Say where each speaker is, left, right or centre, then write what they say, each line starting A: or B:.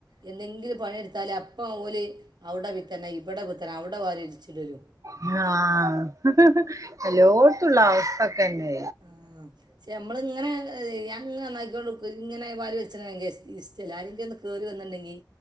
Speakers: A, on the right; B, on the right.
A: എന്തെങ്കിലും പണിയെടുത്താലേ അപ്പം ഓല് അവിടെ പിത്തനെ ഇവിടെ പിത്തന അവിടെ വാരിർച്ചിട്ടരും
B: ആഹ് ത്തുള്ള അവസ്ഥക്കന്നെ
A: ആഹ് ക്ഷെ നമ്മളിങ്ങനെ ഞാങ്ങനെ നാ ന്നാക്ക്യോണ്ട്ക്കും ഇങ്ങനെ വാരി വൽച്ചണത് ഇഷ്ടല്ല അരങ്കി കേറി വന്നിണ്ടെങ്കി